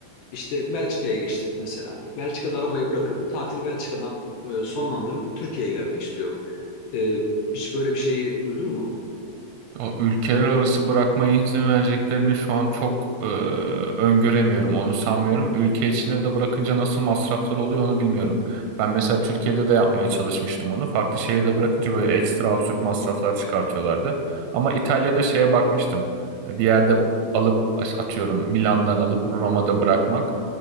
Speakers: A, on the left; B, on the right.
A: işte Belçika'ya geçtim mesela. Belçika'da arabayı bırakıp tatili Belçika'dan e, sonlandırıp Türkiye'ye gelmek istiyorum. E, hiç böyle bir şeyi duydun mu?
B: O ülkeler arası bırakmaya izin vereceklerini şu an çok e, öngöremiyorum. Onu sanmıyorum. Ülke içinde de bırakınca nasıl masraflar oluyor onu bilmiyorum. Ben mesela Türkiye'de de yapmaya çalışmıştım onu. Farklı şehirde bırakınca böyle ekstra absürt masraflar çıkartıyorlardı. Ama İtalya'da şeye bakmıştım. E, Bir yerde alıp atıyorum Milan'dan alıp Roma'da bırakmak